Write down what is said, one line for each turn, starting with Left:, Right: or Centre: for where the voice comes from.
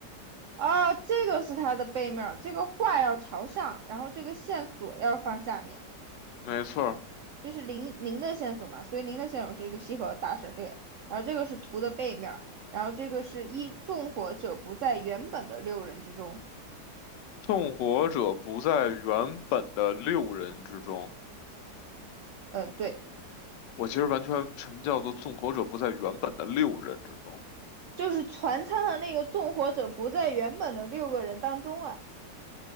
Right: 啊，这个是它的背面儿，这个画要朝上，然后这个线索要放下面。
Left: 没错儿，
Right: 这是零零的线索嘛，所以零的线索是一个西河大省略，然后这个是图的背面然后这个是一纵火者不在原本的六人之中，
Left: 纵火者不在原本的六人之中。
Right: 呃，对，
Left: 我其实完全，什么叫做纵火者不在原本的六人之中？
Right: 就是船舱的那个纵火者不在原本的六个人当中啊。